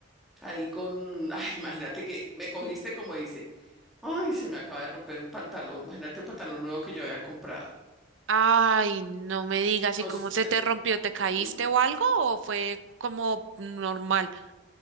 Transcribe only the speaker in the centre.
Ahí con, ay, imagínate que me cogiste como dice, ay, se me acaba de romper un pantalón, imagínate un pantalón nuevo que yo había comprado.
No,
sé,
mm,